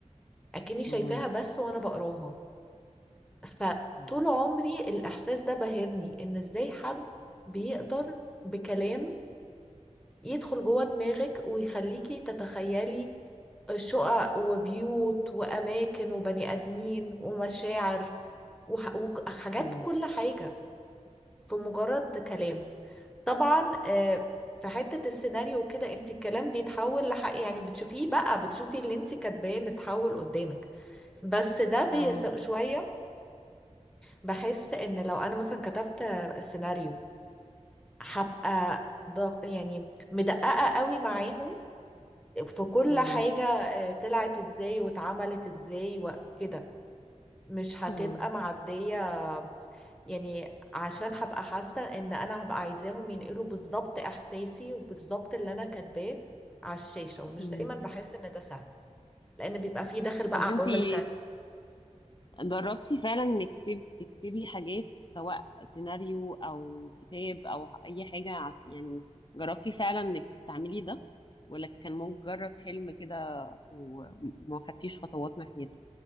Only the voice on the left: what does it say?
مم،
مم،
مم.
اه
مم،
مم،
مم.
طب انتي
جربتي فعلا انك تكتب- تكتبي حاجات سواء سيناريو او كتاب او اي حاجة ع- يعني جربتي فعلا انك تعملي ده ولا كان مجرد حلم كده وما خدتيش خطوات ناحيته